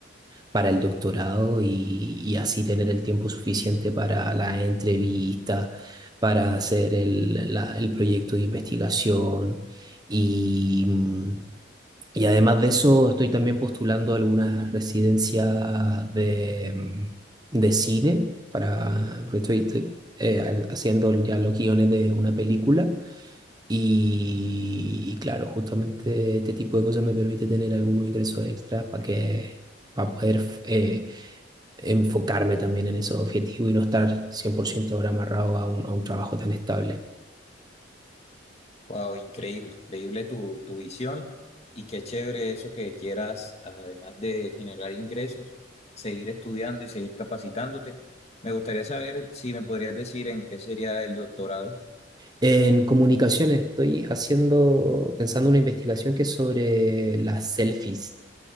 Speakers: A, on the right (about 20°); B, on the left (about 35°).
A: para el doctorado y, y así tener el tiempo suficiente para la entrevista, para hacer el, la- el proyecto de investigación y... mm, y además de eso, estoy también postulando algunas residencias de, mm, de cine para, porque estoy, estoy, eh, haciendo ya los guiones de una película. Y, y claro, justamente este tipo de cosas me permite tener algunos ingresos extras para que, para poder eh, enfocarme también en esos objetivos y no estar 100% ahora amarrado a un, a un trabajo tan estable.
B: Wow, increíble, increíble tu, tu visión y qué chévere eso que quieras, además de generar ingresos, seguir estudiando y seguir capacitándote. Me gustaría saber si me podrías decir en qué sería el doctorado.
A: En comunicaciones estoy haciendo, pensando una investigación que es sobre las selfies